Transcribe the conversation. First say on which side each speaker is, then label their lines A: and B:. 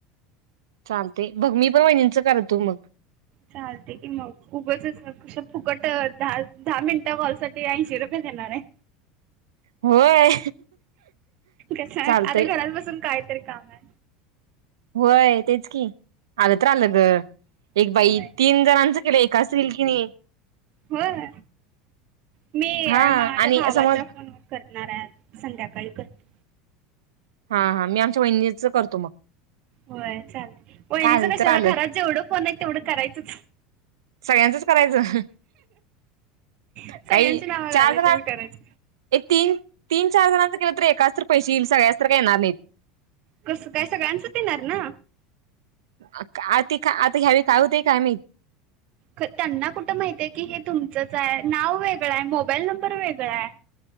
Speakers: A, on the right; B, on the right.
A: चालतय बग मी पण वहिनिंच करतो मग
B: चालतय की मग उगचच नकोश फुकट धा धा मिनिटा कॉल साठी ऐंशी रुपये देणार हाय.
A: होय
B: कस आता
A: चालतंय
B: घरात बसून काय तरी, काम हाय.
A: व्हय तेच की, आलं तर आलं ग एक
B: आहे.
A: बाई तीन जणांचं केलं एकाच तरी यील की नाही.
B: व्हय मी
A: हा
B: माझ्या
A: आणि
B: भावाचा
A: समज
B: फोन करणार हाय आज संध्याकाळी करतो.
A: हा हा मी आमच्या वहिनीच करतो मग.
B: होय चालतय. वहिणीच
A: काय आलं
B: कशाला
A: तर आलं
B: घरात जेवढं फोन आहे तेवढं करायचच
A: सगळ्यांचच करायचं
B: सगळ्यांची
A: काही
B: नाव घालायच
A: चार जण
B: आणि करायच.
A: एक तीन तीन चार जणांचं केलं तर एकाच तर पैसे यील सगळ्यांचं तर काय येणार नाहीत.
B: कस काय सगळ्यांचच येणार ना?
A: आ का आ ते आता यावेळी काय होतय काय माईत?
B: त्यांना कुठं माहितय की हे तुमचंच हाय? नाव वेगळं हाय, मोबाईल नंबर वेगळा हाय.